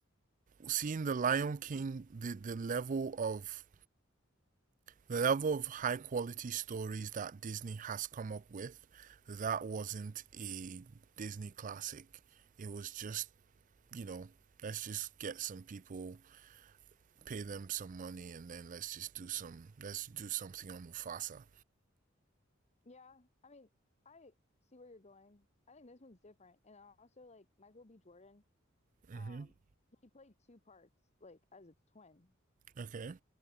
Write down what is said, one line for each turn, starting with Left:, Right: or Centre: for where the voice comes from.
Right: seeing the Lion King, the the level of the level of high quality stories that Disney has come up with, that wasn't a Disney classic. It was just you know let's just get some people, pay them some money, and then let's just do some let's do something on Mufasa.
Left: yeah I mean I see where you're going I think this one's different and also like Michael B. Jordan
Right: hmm
Left: um he played two parts like as a twin
Right: Okay.